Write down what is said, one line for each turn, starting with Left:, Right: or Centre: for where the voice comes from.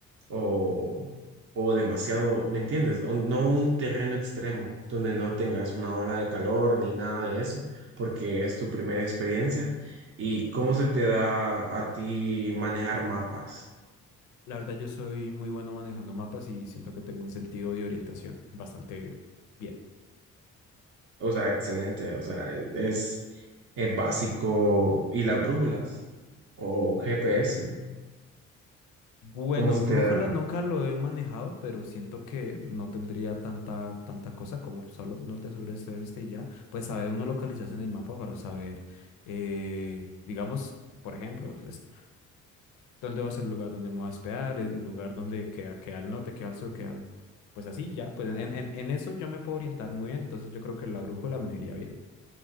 Right: o, o demasiado, ¿me entiendes? Un- no un terreno extremo donde no tengas una ola de calor ni nada de eso, porque es tu primera experiencia. ¿Y cómo se te da a ti manejar mapas?
Left: La verdad, yo soy muy bueno manejando mapas y siento que tengo un sentido de orientación bastante bien.
Right: O sea, excelente, o sea, es, es básico. ¿Y las brújulas? ¿O GPS?
Left: Bueno,
Right: ¿Cómo se
Left: Brújula
Right: te da?
Left: nunca lo he manejado, pero siento que no tendría tanta, tanta cosa como solo norte, sur, este, oeste y ya. Pues saber uno localizarse en el mapa para saber, eh, digamos, por ejemplo, es- dónde va a ser el lugar donde me voy a hospedar, el lugar donde queda, queda al norte, queda al sur, queda al... Pues así, ya, pues en, en, en eso yo me puedo orientar muy bien, entonces yo creo que la brújula me iría bien.